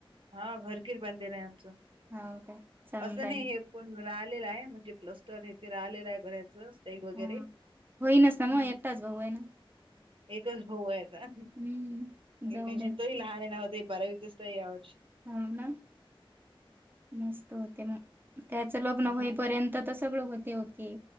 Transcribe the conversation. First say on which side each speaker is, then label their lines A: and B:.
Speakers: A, on the right; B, on the right.
A: हा घरगिर बांधलेलं आहे आमचं
B: हो काय चांगलं
A: असं
B: आहे
A: नाही....
B: ना.
A: कोण राहिलेला आहे म्हणजे प्लस टन हेथे राहिलेला आहे म्हणायचं.... ई वगैरे
B: हा होईनच ना
A: हम्म....
B: मग एकटाच भाऊ आहे ना
A: एकच भाऊ आहे आता
B: हम्म जाऊ
A: हे टेन्शन
B: द्या
A: तो ही लहान आहे नव होते बरावीतच... त आवज...
B: ह ना मस्त होते मग त्याचं लग्न
A: हम्म
B: होईपर्यंत तस.... सगळं होते ओके....